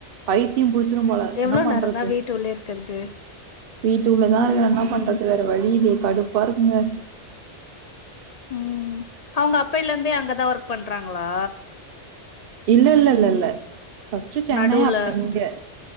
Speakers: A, on the right; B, on the left.
A: பைத்தியம் புடிச்சிரு போல
B: எவ்ளோ
A: என்ன பண்றது
B: நேரந்தா வீட்டு உள்ளயே இருக்கறது
A: வீட்டு உள்ளதா
B: ம்
A: ருக்குற என்ன பண்றது
B: ம்
A: வேற வழி இல்யே கடுப்பாருக்குங்க
B: ம் அவங்க அப்பைலந்தே அங்கதா ஒர்க் பண்றாங்ளா
A: இல்லல்லல்ல ஃபஸ்ட்டு சென்னை
B: நடுவுல
A: அப்ற இங்க